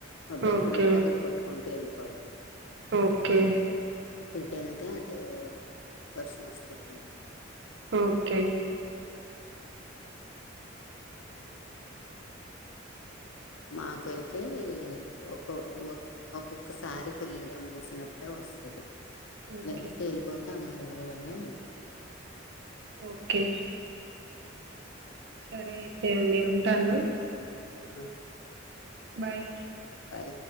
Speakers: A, on the left (about 75°); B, on the right (about 60°).
A: మబ్బా
B: ఓకే
A: ఎక్కడంటే అక్కడ కొట్టుకుంటూ వెళ్ళిపోవత
B: ఓకే
A: ఎటెలితే అటు వర్షం వస్తంది అన్నమాట
B: ఓకే
A: హ మాకైతే ఒక ఒక్కొక్కసారి ఫుల్గా మూసినప్పుడేఒత్ వస్తుంది
B: ఓకే
A: లేదా తేలిపోతే అని అలా అలాలా వెళ్ళిపోద్ది
B: ఓకే సరే అయితే అండి ఉంటాను
A: ఆ
B: బాయ్
A: అ